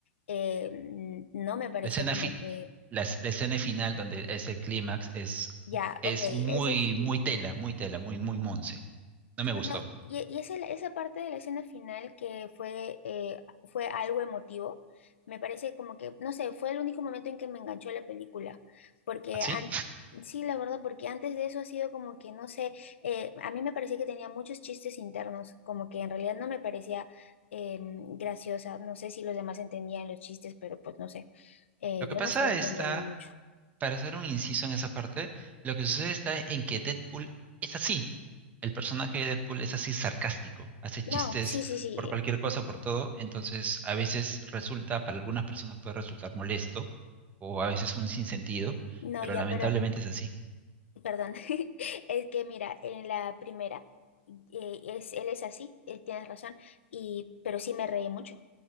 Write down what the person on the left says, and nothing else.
Eh, no me pareció
como
que,
ya,
ok,
esa sí,
Bueno, y, y esa, esa parte de la escena final que fue, eh, fue algo emotivo, me parece como que, no sé, fue el único momento en que me enganchó la película, porque
an- sí, la verdad, porque antes de eso ha sido como que, no sé, eh, a mí me parecía que tenía muchos chistes internos, como que en realidad no me parecía eh, graciosa, no sé si los demás entendían los chistes, pero pues no sé, eh,
yo
no estaba entendiendo
mucho.
No,
sí, sí, sí,
no,
ya,
pero...
Perdón, <laughs> es que mira, en la primera, eh, es, él es así, eh, tienes razón, y, pero sí me reí mucho.